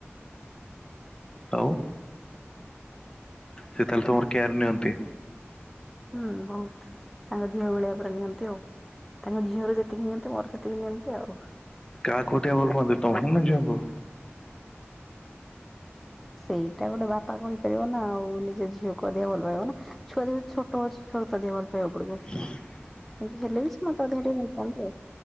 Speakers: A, on the left; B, in the centre.
A: ଆଉ। ସେ ତାହେଲେ ତୁମର କେୟାର ନିଅନ୍ତି?
B: ହୁଁ ବହୁତ ତାଙ୍କ ଝିଅ ଭଳିଆ ପୁରା ନିଅନ୍ତି ଆଉ। ତାଙ୍କ ଝିଅର ଯେତିକି ନିଅନ୍ତି ମୋର ସେତିକି ନିଅନ୍ତି ଆଉ।
A: କାହାକୁଟିଆ ଭଲ ପାଆନ୍ତି ତମକୁ ନା ଝିଅଙ୍କୁ?
B: ସେଇଟା ଗୋଟେ ବାପା କହିପାରିବ ନା ଆଉ ନିଜ ଝିଅକୁୁଆଦିଆ ଭଲପାଇବ ନା ଛୁଆ ଦେହ ଛୋଟ ଅଛି। ଛୁଆକୁ ତ ଅଧିକ ଭଲ ପାଇବାକୁ ପଡିବ।
A: ହ <inaudible>
B: କିନ୍ତୁ ହେଲେ ବି ସେ ମତେ ଅଧିକାଟିକେ ଭଲ ପାଆନ୍ତି ଆଉ।